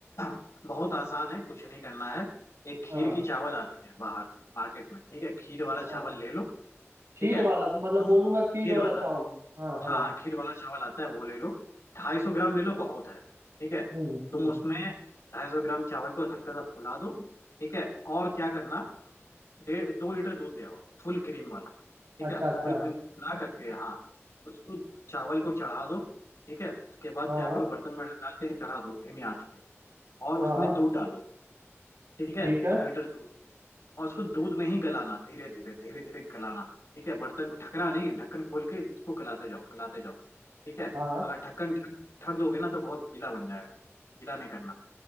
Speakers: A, on the left; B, on the right.
A: <clears throat> बहुत आसान है कुछ नहीं करना है एक खीर
B: हाँ
A: की चावल आती है बाहर मार्केट में ठीक है खीर वाला चावल
B: हाँ
A: ले लो
B: खीर
A: ठीक है
B: वाला मतलब
A: तुम
B: बोलूंगा खीर
A: खीर
B: वाला
A: वाला
B: चावल हाँ हाँ
A: हाँ हाँ, खीर वाला चावल आता है वो ले लो ढाई सौ ग्राम ले लो बहुत है ठीक है
B: हम्म हम्म
A: तुम उसमें ढाई सौ ग्राम चावल को हल्का सा फुला दो ठीक है और क्या करना डेढ़ दो लीटर दूध ले आओ फुल क्रीम वाला ठीक
B: अच्छा
A: है फुल
B: अच्छा
A: क्रीम दूध ला करके हाँ उसको चावल को चढ़ा दो ठीक है उसके बाद
B: हाँ
A: क्या करो बर्तन में डाल के चढ़ा दो धीमी आंच पे और
B: हाँ
A: उसमें दूध डालो ठीक है
B: ठीक है
A: दो लीटर दूध और उसको दूध में ही गलाना धीरे धीरे धीरे धीरे गलाना ठीक है बर्तन ढकना नहीं ढक्कन खोल के इसको गलाते जाओ गलाते जाओ ठीक है
B: हाँ
A: अगर ढक्कन ढक ढक दोगे ना तो बहुत गीला बन जाएगा गीला नहीं करना है